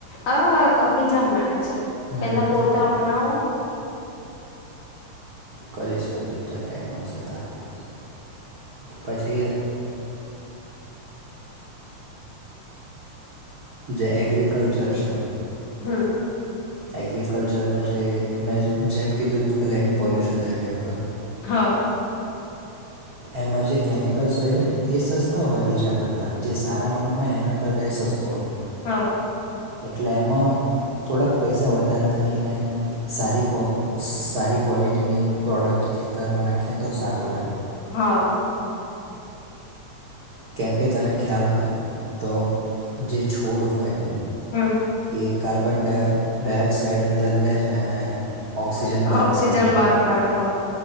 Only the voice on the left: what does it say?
હ હા તો બીજા મા અચ્છા
પેલા
પોતા આપનાઓ.
હમ્મ.
હા.
હા.
હા.
હમ્મ.
<unintelligible>
ઓક્સીજન
બહાર કાડે, હા.